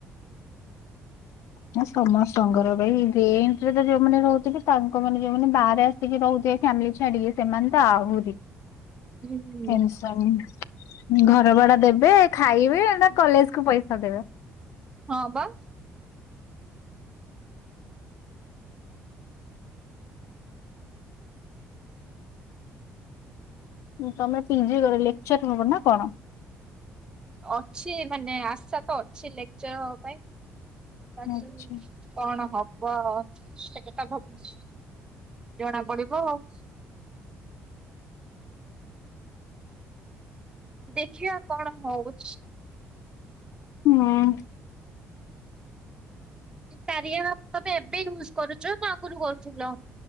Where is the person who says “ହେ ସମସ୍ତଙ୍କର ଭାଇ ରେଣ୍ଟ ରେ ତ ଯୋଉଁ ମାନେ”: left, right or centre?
Left